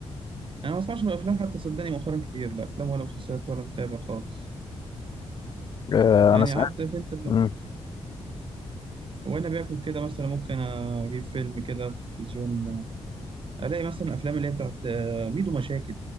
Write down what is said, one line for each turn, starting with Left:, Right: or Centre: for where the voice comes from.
Right: أنا ما بسمعش الأفلام حتى صدقني مؤخرا كتير لا أفلام ولا مسلسلات ولا متابع خالص
Left: آه،
Right: يعني
Left: انا سمعت
Right: قعدت في أنت ال-
Left: مم.
Right: وأنا باكل كده مثلا ممكن أجيب فيلم كده على التلفزيون آه، ألاقي مثلا أفلام اللي هي بتاعت آه، ميدو مشاكل